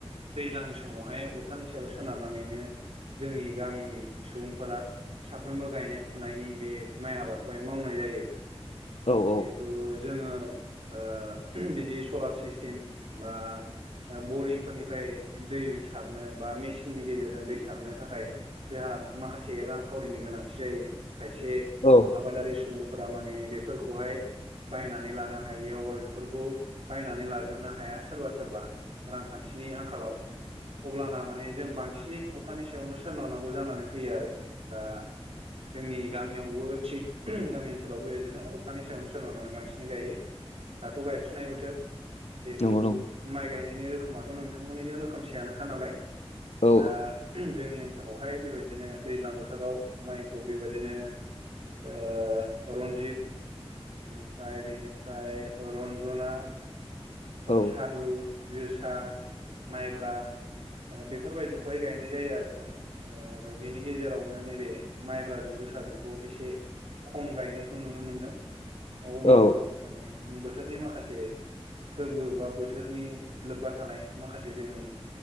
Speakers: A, on the right; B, on the left.
A: दैज्लांनि समावहाय अखानि सायाव सोनारनानैनो जोंनि गामिनि सुबुंफोरा साफ्रोमबो गायनाय फुनायनि बे माइ आबादखौहाय मावनाय जायो
B: औ
A: जिहेथु
B: औ औ
A: थ' जोङो ओ बिदि सलार सिस्टेम बा बरिंफोरनिफ्राय दै सारनो बा मेचिननि गेजेरजों दै सारनो थाखाय जोंहा माखासे रांखावरिनि गोनांथि जायो खायसे
B: औ
A: आबादारि सुबुंफोरा माने बेफोरखौहाय बायनानै लानो हायियावबा बेफोरखौ बायनानै लाजोबनो ह हाया सोरबा सोरबा रांखान्थिनि आंखालाव अब्लाना माने जों बांसिनै अखानि सायावनो सोनारनांगौ जानानै फैयो आरो दा जोंनि गामियावबो थिग गामि ओनसोलाव बेबायदिनो अखानि सायावनो सोनारनानै बांसिन गायो। दाथ' गायफुनाय बोथोर। जिहेथु
B: नंगौ नंगौ
A: माइ गायनायनि रोखोमाथ' नोंथांमोननिजों रोखोमसेयानोखा नालाय।
B: औ
A: दा जोंनि ओनसोलावहाय बेबायदिनो दैज्लां बोथोराव माइखौ बेबायदिनो ओ रन्जित ओमफ्राय बेनिफ्राय रन्जना,
B: औ
A: सादु जोसा, माइब्रा बेफोरबायदिखौहाय गायनाय जायो आरो। आरो बेनि गेजेरावनो नैबे माइब्राजों जोसाजोंखौ एसे खम गायनायखौ नुनो मोनदों। अब्लाबो
B: औ
A: माने बोथोरनि माखासे फोरबो बा बोथोरनि लोब्बा थानाय माखासे जोंनि